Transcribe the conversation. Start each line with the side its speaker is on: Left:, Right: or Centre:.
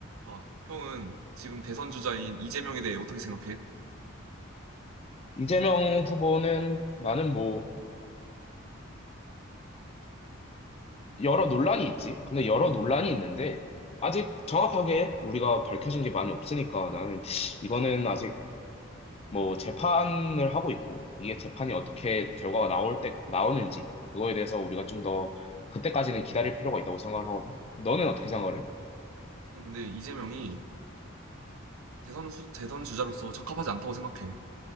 Right: 자, 형은 지금 대선 주자인 이재명에 대해 어떻게 생각해?
Left: 이재명 후보는 나는 뭐 여러 논란이 있지. 근데 여러 논란이 있는데 아직 정확하게 우리가 밝혀진 게 많이 없으니까 나는 이거는 아직 뭐 재판을 하고 있고 이게 재판이 어떻게 결과가 나올 때 나오는지 그거에 대해서 우리가 좀 더 그때까지는 기다릴 필요가 있다고 생각을 하거든. 너는 어떻게 생각을 해?
Right: 나는 근데 이재명이 대선 후- 대선 주자로서 적합하지 않다고 생각해.